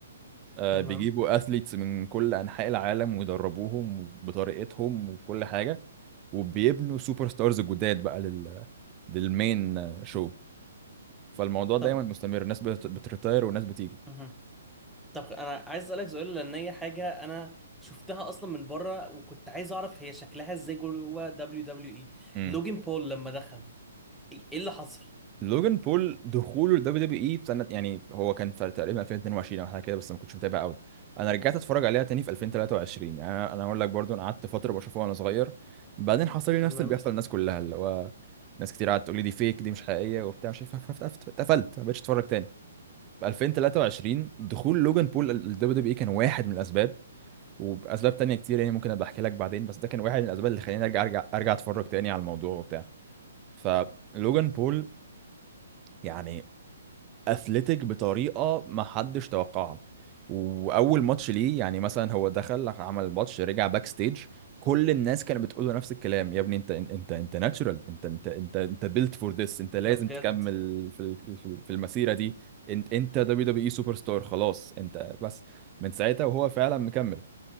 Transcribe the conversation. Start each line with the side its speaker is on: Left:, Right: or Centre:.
Right: آه
Centre: تمام
Right: بيجيبوا اثليتس من كل انحاء العالم ويدربوهم بطريقتهم وكل حاجه وبيبنوا سوبر ستارز جداد بقى لل للمين شو فالموضوع دايما
Centre: طب
Right: مستمر ناس بت- بتريتاير وناس بتيجي
Centre: مهم. طب انا عايز اسالك سؤال لان هي حاجه انا شفتها اصلا من بره وكنت عايز اعرف هي شكلها ازاي جوه دبليو دبليو اي
Right: امم
Centre: لوجين بول لما دخل ايه إيه اللي حصل
Right: لوجان بول دخوله الدبليو دبليو اي في سنه يعني هو كان في تقريبا 2022 او حاجه كده بس ما كنتش متابع قوي انا رجعت اتفرج عليها تاني في 2023 يعني انا أنا اقول لك برضو انا قعدت فتره بشوفها وانا صغير بعدين حصل لي نفس
Centre: تمام
Right: اللي بيحصل للناس كلها اللي هو ناس كتير قعدت تقول لي دي فيك دي مش حقيقيه وبتاع مش عارف فف- فف- اتقفلت ما بقتش اتفرج تاني في 2023 دخول لوجان بول الدبليو دبليو اي كان واحد من الاسباب وباسباب تانية كتير يعني ممكن ابقى احكي لك بعدين بس ده كان واحد من الاسباب اللي خلاني ارجع ارجع ارجع اتفرج تاني على الموضوع وبتاع فلوجان بول يعني اثليتيك بطريقه ما حدش توقعها واول ماتش ليه يعني مثلا هو دخل عمل ماتش رجع باك ستيج كل الناس كانت بتقول له نفس الكلام يا ابني انت انت انت انت ناتشورال انت انت انت انت بيلت فور ذس انت لازم
Centre: ده بجد
Right: تكمل في ال- في في المسيره دي انت انت دبليو دبليو اي سوبر ستار خلاص انت بس من ساعتها وهو فعلا مكمل